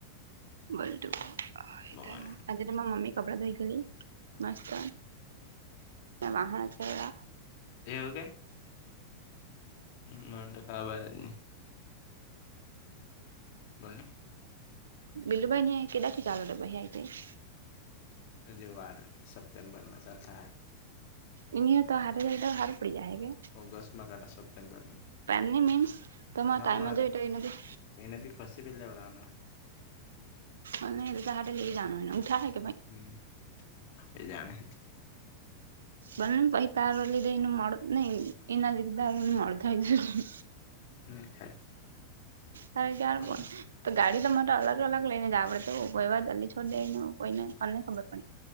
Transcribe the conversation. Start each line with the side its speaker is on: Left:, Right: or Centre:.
Right: બોલ તું આય
Left: બોલ
Right: તો આજ મારા મમ્મી કપડા ધોઈ ગયેલી મસ્ત વાહણા ચોયરા.
Left: એવું કે? મને તો ખબર જ ની. બોલની.
Right: બીલુ ભાઈની આય કેદાથી ચાલુ તો પહિ આઈ ટી આઈ?
Left: અજુ વાર સપ્ટેમબરમાં ચાલ થાહે.
Right: એની હેત હાતે રેય તો હારુ પડી જાહે કે?
Left: ઓગસ્ટ માં કાટા સપ્ટેમ્બર માં
Right: પેમની મીન્સ તમારે
Left: હા
Right: ટાઈમે
Left: મારે
Right: જ જોઈતું ઓય ત
Left: એને બી ફસ સીપ જ લેવડાવાનો.
Right: અને <unintelligible> લેય જાવાનું ઉઠા હૈ?
Left: હમ્મ, એ જાણે.
Right: બોલને પહિ તાર લીધે એનુ મોળું નઈ એના લીધે તારું ની મોળું થાય.
Left: ની થાય.
Right: <unintelligible>
Left: બોલનું
Right: તો ગાડી તમારે અલગ અલગ લઈને જાવા પડે તેવું કોઈ વાર જલ્દી છોડ દે ને એવું કોઈને કોને ખબર પડે.